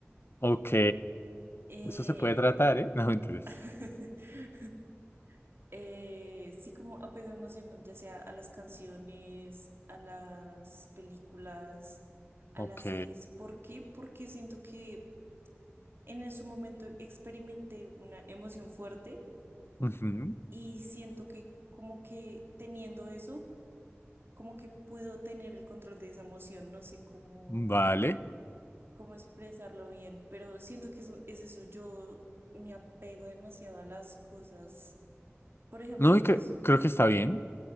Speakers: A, on the left; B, on the right.
A: Ok,
B: Eh,
A: eso se puede tratar, ¿eh? <laughs> No, mentiras.
B: <laughs> eh, sí, como apego emocional, ya sea a las canciones, a las películas, a
A: Ok,
B: las series. ¿Por qué? Porque siento que En su momento experimenté una emoción fuerte
A: ujú,
B: y siento que como que teniendo eso, como que puedo tener el control de esa emoción. No sé cómo,
A: Vale.
B: cómo expresarlo bien, pero siento que eso, es eso. Yo me apego demasiado a las cosas. Por ejemplo,
A: No, y
B: pues,
A: cre- creo que está bien.